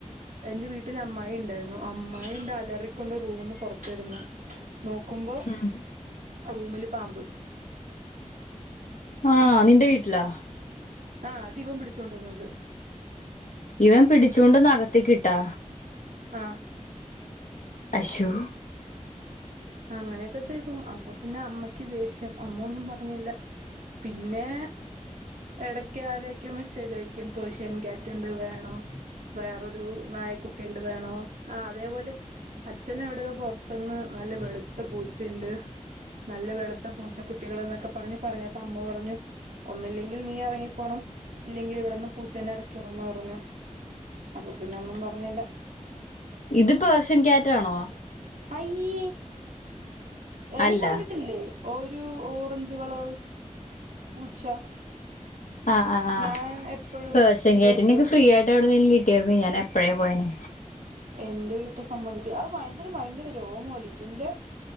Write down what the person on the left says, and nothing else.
ഉം
ആഹ് നിന്റെ വീട്ടിലാ
ഇവൻ പിടിച്ചുകൊണ്ട് അകത്തേകിട്ട് കിട്ട
അശോ
ഇത് പേർഷ്യൻ ക്യാറ്റാണോ
അല്ല
ആആ് ആ
പേർഷ്യൻ
ക്യാറ്റിനെ ഒക്കെ ഫ്രീ ആയിട്ട് എവിടെന്നെങ്കിലും കി ട്ടേർന്നങ്കി ഞാൻ എപ്പഴേ പോയേനെ